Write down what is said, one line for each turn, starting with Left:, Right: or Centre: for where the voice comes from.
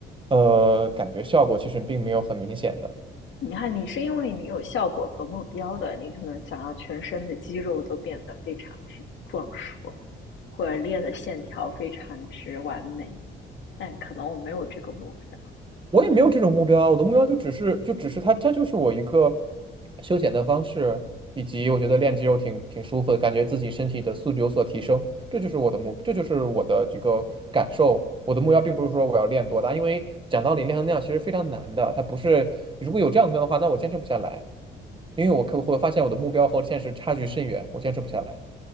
Right: 呃，感觉效果其实并没有很明显的。
Left: 你看，你是因为你有效果和目标的，你可能想要全身的肌肉都变得非常之壮硕，或者练的线条非常之完美，但可能我没有这个目标，
Right: 我也没有这种目标啊，我的目标就只是就只是它，它就是我一个休闲的方式，以及我觉得练肌肉挺挺舒服的，感觉自己身体的素质有所提升，这就是我的目，这就是我的这个感受。我的目标并不是说我要练多大，因为讲道理练成那样其实非常难的，它不是如果有这样的目标的话，那我坚持不下来，因为我可我会发现我的目标和现实差距甚远，我坚持不下来。